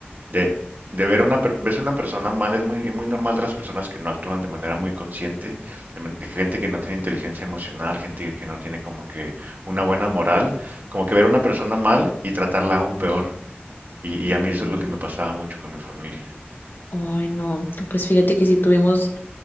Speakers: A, on the right (about 50°); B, on the left (about 60°).
A: de, de ver una, per- ves una persona mal es muy, muy normal de las personas que no actúan de manera muy consciente, de man- de gente que no tiene inteligencia emocional, gente que no tiene como que una buena moral, como que ver una persona mal y tratarla aún peor. Y, y
B: Ujú.
A: a mí eso es lo que me pasaba mucho con mi familia.
B: Ay, no, pues fíjate que sí tuvimos